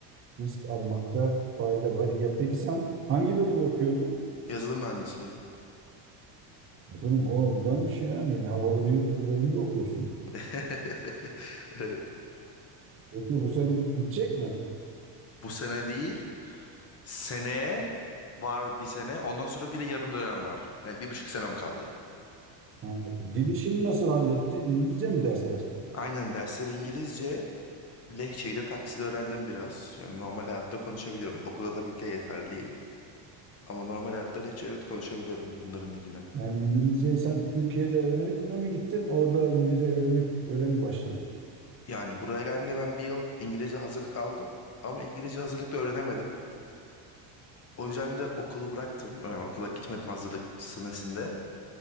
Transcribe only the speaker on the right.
risk almakta fayda var. İyi Ya peki sen hangi bölüm okuyordun?
Canım o güzelmiş ya. Yani havalı bir bölümde okuyorsun.
Peki bu sene bit- bitecek mi?
Yani dil işini nasıl hallettin? İngilizce mi dersler?
Yani İngilizceyi sen Türkiye'de öğrenip de mi gittin? Orada İngilizce öğrenip öyle mi başladın?